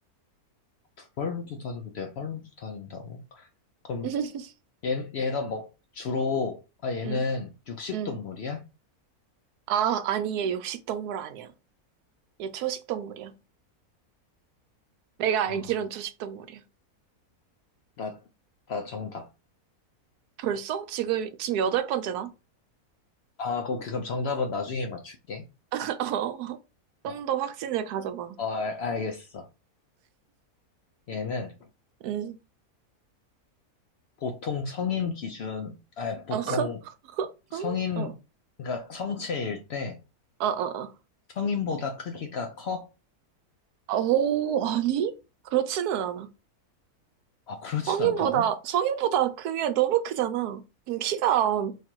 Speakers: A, on the left (about 65°); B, on the right (about 85°).
A: 두 발로도 다니고, 네 발로도 다닌다고? 그럼
B: <laughs>
A: 얘, 얘가 뭐, 주로, 아, 얘는
B: 응,
A: 육식
B: 응.
A: 동물이야?
B: 아, 아니, 얘 육식동물 아니야. 얘 초식동물이야. 내가
A: 아,
B: 알기론 초식동물이야.
A: 나, 나 정답.
B: 벌써? 지금, 지금 여덟 번째다?
A: 아, 그, 그럼 정답은 나중에 맞출게.
B: <laughs> 어.
A: 어,
B: 좀 더 확신을 가져봐.
A: 어, 알- 알겠어. 얘는
B: 응.
A: 보통 성인 기준, 아, 보통
B: 어, <laughs> 성?
A: 성인,
B: 어, 어,
A: 그러니까 성체일 때
B: 어.
A: 성인보다 크기가 커?
B: 어. 오, 아니? 그렇지는 않아.
A: 아, 그렇진
B: 성인보다,
A: 않다고?
B: 성인보다 크면 너무 크잖아. 그럼 키가